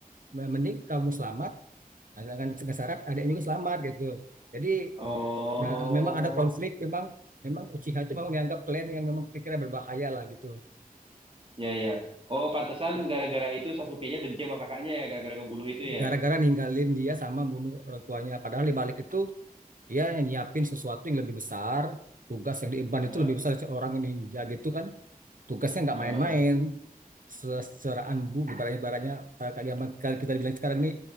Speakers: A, on the right (about 65°); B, on the right (about 35°).
A: mending kamu selamat asalkan syarat ada yang juga selamat gitu jadi
B: oh,
A: nah, memang ada konflik memang memang Uchiha itu memang dianggap klan yang memang pikirnya berbahaya lah gitu
B: ya ya. Oh, pantesan gara-gara itu Sasuke-nya benci sama kakaknya ya, gara-gara ngebunuh itu ya.
A: gara-gara ninggalin dia sama bunuh orang tuanya padahal di balik itu dia yang nyiapin sesuatu yang lebih besar tugas yang diemban
B: Ah,
A: itu lebih besar seorang ninja gitu kan tugasnya nggak
B: ah,
A: main-main
B: ah,
A: Se- seraan bu ibaratnya ibaratnya kalau yang- kalau kita bilang sekarang ini